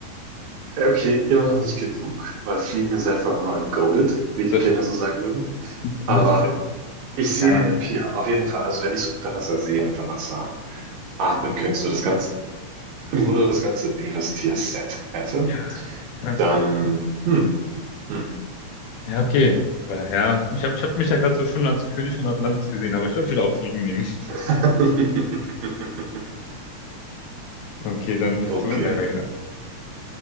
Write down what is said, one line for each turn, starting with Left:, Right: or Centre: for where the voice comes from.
Right: Okay, immer noch nicht genug, weil Fliegen ist einfach mal goated, wie die
Left: Das
Right: Kinder
Left: stimmt.
Right: so sagen würden.
Left: <laughs>
Right: Aber ich sehe
Left: Ja,
Right: den Appeal, auf jeden Fall. Also wenn ich so unter Wasser sehen, unter Wasser atmen könnte, so das ganze, im Grunde das ganze Meerestier-Set hätte,
Left: ja, ja,
Right: Dann, hm, hm.
Left: ja, okay. Aber Ja, ich habe ich hab mich ja gerade so schon als König von Atlantis gesehen, aber ich glaube, ich würde auch Fliegen nehmen.
Right: <laughs>
Left: Okay, dann bist
Right: Okay.
Left: du an der Reihe.